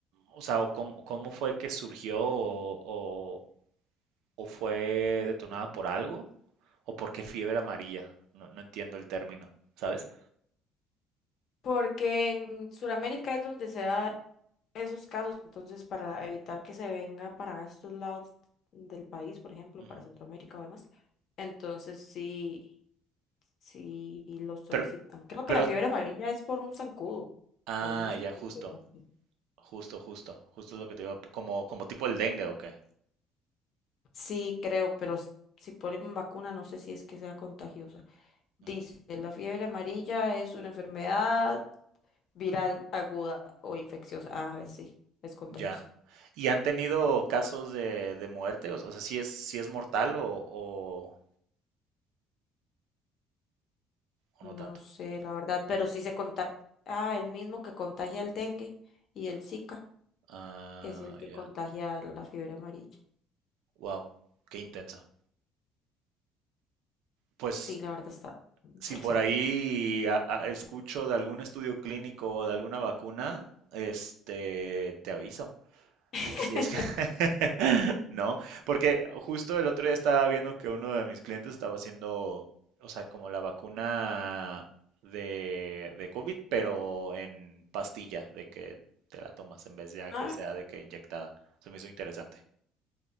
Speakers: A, on the right (about 75°); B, on the left (about 45°).
A: o sea, o cómo, cómo fue que surgió o, o- o fue detonada por algo o por qué fiebre amarilla. No, no entiendo el término, ¿sabes?
B: Porque en Sudamérica es donde se da esos casos, entonces para evitar que se venga para estos lados del país, por ejemplo,
A: Ujú.
B: para Centroamérica o demás, entonces sí. si lo solicitan.
A: Pero,
B: Creo
A: pero,
B: que la fiebre amarilla es por un zancudo
A: ah,
B: o un mosquito.
A: ya, justo,
B: ¿no?
A: justo, justo, justo es lo que te digo, como, como tipo el dengue o qué.
B: Sí, creo, pero s- si ponen vacuna no sé si es que sea contagiosa. Dice,
A: Mm,
B: la fiebre amarilla es una enfermedad viral aguda o infecciosa. Ah, a sí, es contagiosa.
A: ya. ¿Y han tenido casos de, de muerte? O, o sea, ¿sí es, sí es mortal o, o, o
B: No
A: no tanto?
B: sé, la verdad, pero sí se contagia. Ah, el mismo que contagia el dengue y el Zika
A: Ah,
B: es el que
A: ya.
B: contagia la fiebre amarilla.
A: Wow, qué intenso. Pues
B: Sí, la verdad está interesante.
A: si por ahí a- a- escucho de algún estudio clínico o de alguna vacuna, este, te aviso.
B: <laughs>
A: Y si es que <laughs> no, porque justo el otro día estaba viendo que uno de mis clientes estaba haciendo, o sea, como la vacuna de, de COVID, pero en pastilla, de que te la tomas en vez de a
B: Ah,
A: que sea de que inyectada. Eso me hizo interesante.